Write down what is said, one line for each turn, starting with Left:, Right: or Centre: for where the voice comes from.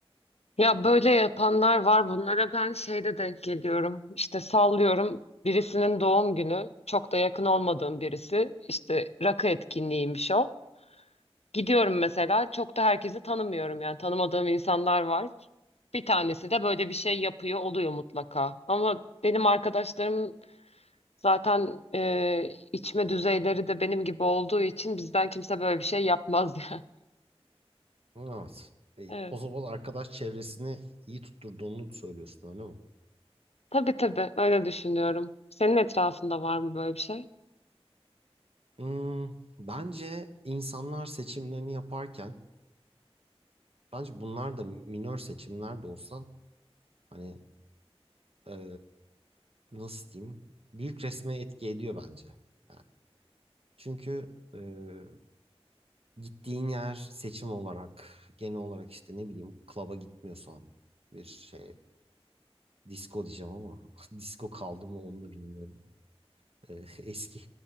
Left: Ya böyle yapanlar var bunlara ben şeyde denk geliyorum. İşte sallıyorum birisinin doğum günü çok da yakın olmadığım birisi İşte rakı etkinliğiymiş o. Gidiyorum mesela çok da herkesi tanımıyorum yani tanımadığım insanlar var. Bir tanesi de böyle bir şey yapıyor oluyor mutlaka. Ama benim arkadaşlarım zaten e, içme düzeyleri de benim gibi olduğu için bizden kimse böyle bir şey yapmaz <laughs> yani.
Right: Evet. E,
Left: Evet.
Right: o zaman arkadaş çevresini iyi tutturduğunu söylüyorsun öyle mi?
Left: Tabii tabii öyle düşünüyorum. Senin etrafında var mı böyle bir şey?
Right: Hmm, bence insanlar seçimlerini yaparken bence bunlar da minör seçimler de olsa hani e, nasıl diyeyim büyük resme etki ediyor bence. Yani çünkü eee, Gittiğin yer seçim olarak genel olarak işte ne bileyim klaba gitmiyorsan bir şey disco diyeceğim ama <laughs> disco kaldı mı onu da bilmiyorum. Ee, <laughs> eski